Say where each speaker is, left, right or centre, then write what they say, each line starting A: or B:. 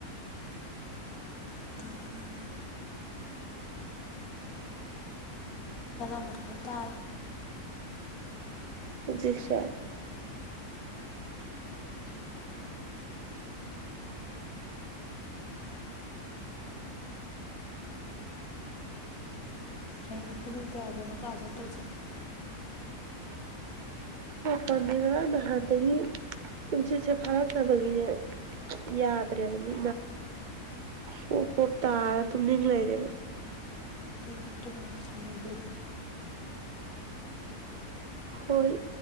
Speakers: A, on the left; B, on the right.
A: ꯑꯣꯏꯔꯗꯤ ꯃꯈ ꯃꯈ ꯇ
B: ꯖꯤꯁ ꯎꯝ
A: ꯍꯌꯦꯡ ꯄꯨꯡ ꯀꯌꯥꯗꯅꯣ ꯀ꯭ꯂꯥꯁ ꯆꯠꯇꯣꯏꯁꯦ꯫
B: ꯄꯉ ꯉꯔꯥꯡ ꯅꯍꯥꯟꯗꯒꯤ ꯅꯨꯡꯁꯤꯠꯁꯦ ꯐꯥꯔꯛꯇꯕꯒꯤꯅꯦ ꯌꯥꯗ꯭ꯔꯦꯕ ꯁꯦ ꯄꯣꯞ ꯄꯣꯞ ꯇꯥꯔ ꯇꯨꯝꯅꯤꯡ ꯂꯩꯔꯦꯕ
A: ꯃꯣꯇ ꯃꯊꯥ ꯃꯒꯦ
B: ꯍꯣꯏ